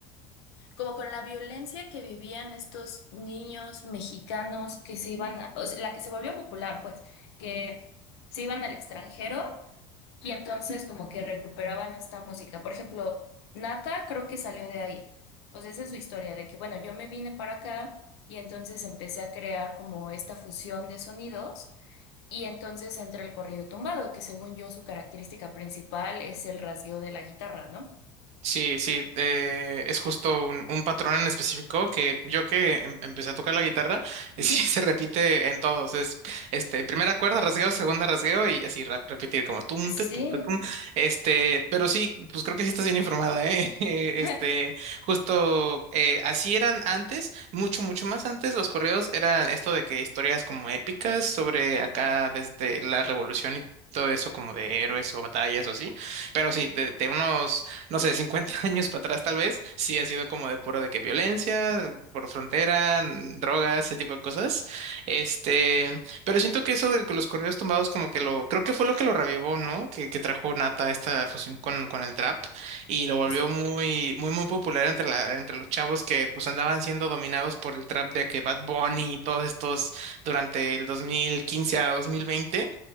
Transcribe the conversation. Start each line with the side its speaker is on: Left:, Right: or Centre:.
Left: como con la violencia que vivían estos niños mexicanos que se iban, a- o sea, la que se volvió popular, pues, que se iban al extranjero y entonces como que recuperaban esta música. Por ejemplo, Nata creo que salió de ahí. O sea, esa es su historia de que, bueno, yo me vine para acá y entonces empecé a crear como esta fusión de sonidos y entonces entra el corrido tumbado, que según yo su característica principal es el rasgueo de la guitarra, ¿no?
Right: Sí, sí, eh, es justo un, un patrón en específico que yo que em- empecé a tocar la guitarra, <laughs>
Left: Ujú.
Right: sí se repite en todos. Es este primera cuerda, rasgueo, segunda rasgueo y así re- repetir como tunte,
Left: Sí.
Right: tunte, tum. Este, pero sí, pues creo que sí estás bien informada, ¿eh? <laughs> Eh,
Left: <laughs>
Right: Este, justo eh, así eran antes, mucho, mucho más antes. Los correos eran esto de que historias como épicas sobre acá desde la revolución y todo eso como de héroes o batallas o así. Pero sí, de, de unos no sé, 50 <laughs> años para atrás tal vez, sí ha sido como de puro de que violencia, por frontera, mm, drogas, ese tipo de cosas. Este, pero siento que eso de los corridos tumbados como que lo, creo que fue lo que lo revivó, ¿no? Que, que trajo Nata esta fusión con, con el trap y lo volvió
Left: Justo.
Right: muy, muy, muy popular entre la, entre los chavos que pues andaban siendo dominados por el trap de que Bad Bunny y todos estos durante el 2015 a 2020.